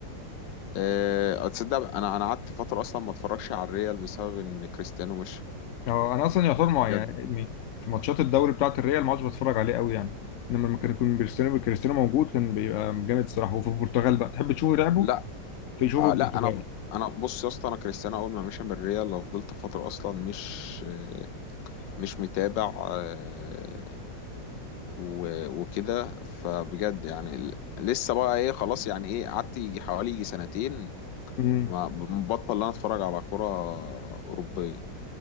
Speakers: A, on the left; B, on the left.
A: أه... تصدق انا انا قعدت فتره اصلا ما اتفرجش على الريال بسبب ان كريستيانو مش
B: اه انا اصلا يعتبر مع
A: بجد
B: يعني يعني في ماتشات الدوري بتاعه الريال ما عادش بتفرج عليه قوي يعني انما لما كان يكون كريستيانو كريستيانو موجود كان بيبقى جامد الصراحه وفي البرتغال بقى تحب تشوفه لعبه
A: لا
B: فيشوفه
A: آه
B: البرتغال
A: لا انا انا بص يا اسطى انا كريستيانو اول ما مشى من الريال فضلت فتره اصلا مش آه، مش متابع آه، و- وكده فبجد يعني ال- لسه بقى ايه خلاص يعني ايه قعدت يجي حوالي يجي سنتين
B: امم
A: ما بطل ان انا اتفرج على كرة اوروبية